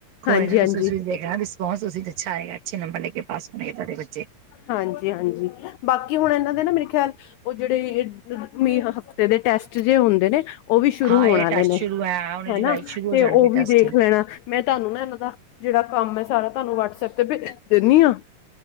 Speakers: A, on the right; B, on the left.
A: ਕੋਈ
B: ਹਾਂਜੀ
A: ਨਾ ਤੁਸੀਂ
B: ਹਾਂਜੀ
A: ਦੇਖਣਾ ਰਿਸਪੋਂਸ। ਅੱਛਾ ਹੈਗਾ, ਅੱਛੇ ਨੰਬਰ ਲੈ ਕੇ ਪਾਸ ਹੋਣੇਗੇ ਤੁਹਾਡੇ ਬੱਚੇ।
B: ਹਾਂਜੀ-ਹਾਂਜੀ, ਬਾਕੀ ਹੁਣ ਇਹਨਾਂ ਦੇ ਨਾ ਮੇਰੇ ਖਿਆਲ ਉਹ ਜਿਹੜੇ <unintelligible> ਹਫਤੇ ਦੇ ਟੈਸਟ ਜੇ ਹੁੰਦੇ ਨੇ ਉਹ ਵੀ ਸ਼ੁਰੂ
A: ਹਾਂ
B: ਹੋਣ
A: ਇਹ
B: ਵਾਲੇ
A: ਟੈਸਟ
B: ਨੇ
A: ਸ਼ੁਰੂ ਹੈ ਹੁਣ ਜੁਲਾਈ
B: ਹੈਨਾ,
A: ਚ ਸ਼ੁਰੂ ਹੋ
B: ਤੇ
A: ਜਾਣਗੇ
B: ਉਹ ਵੀ
A: ਟੈਸਟ
B: ਵੇਖ ਲੈਣਾ। ਮੈਂ ਤੁਹਾਨੂੰ ਨਾ ਇਹਨਾਂ ਦਾ ਜਿਹੜਾ ਕੰਮ ਐ, ਸਾਰਾ ਤੁਹਾਨੂੰ ਵਟਸਐਪ ਤੇ ਭੇਜ ਦਿੰਨੀ ਆ।